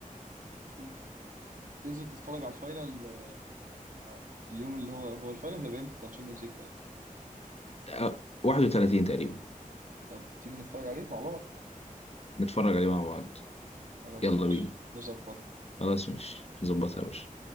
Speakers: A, on the right; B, on the left.
A: نشوف تنزل تتفرج على الفاينل آه، لما اليوم اللي هو هو الفاينل هيبقى امتى بتاع تشامبيونز ليج طيب
B: آه، 31 تقريبا
A: طب تيجي نتفرج عليه مع بعض
B: نتفرج عليه مع بعض
A: خلاص
B: يلا
A: يا باشا
B: بينا
A: نظبط
B: خلاص ماشي نظبطها يا باشا